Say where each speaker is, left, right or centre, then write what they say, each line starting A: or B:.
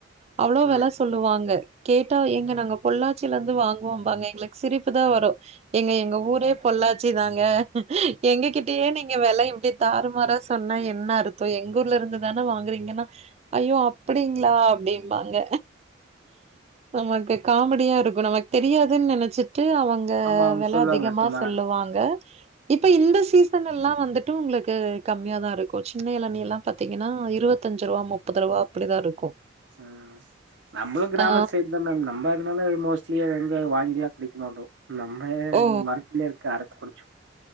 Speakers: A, on the right (about 35°); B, on the right (about 75°).
A: அவ்ளோ
B: ம்
A: விலை சொல்லுவாங்க கேட்டா எங்க நாங்க பொள்ளாச்சியில இருந்து வாங்குவோம் பாங்க எங்களுக்கு சிரிப்புதா வரும் ஏங்க எங்க ஊரே பொள்ளாச்சி தாங்க எங்ககிட்டயே நீங்க வில இப்டி தாருமாரா சொன்னா என்ன அர்த்தோ எங்க ஊர்ல இருந்துதானே வாங்குறீங்கன்னா ஐய்யோ அப் பிடிங்ளா அப்டிம்பாங்க நமக்கு காமெடியா இருக்கும் நமக்கு தெரியாதுன்னு நினைச்சு ட்டு அவங்க
B: ஆமா அவங்க
A: வில
B: சொல்லுவாங்க
A: அதிகமா
B: சும்மா
A: சொல்லுவாங்க இப்ப இந்த சீசன் எல்லா வந்துட்டு உங்களுக்கு கம்மியா தா இருக்கும் சின்ன இளநீ எல்லா பாத்தீங்கன்னா இருவத்தஞ்சு ரூவா முப்பது ரூவா அப்டிதா இருக்கும்
B: உம் நம்பளும் கிராமத்து
A: ஆ
B: சைடு தா மேம் நம்ப அதனால மோஸ்ட்லி எங்க வாங்கி எல்லா குடிக்க மாட்டோ நம்ம
A: ஓ!
B: மரத்துலயே இருக்கு அறத்து குடிச்சு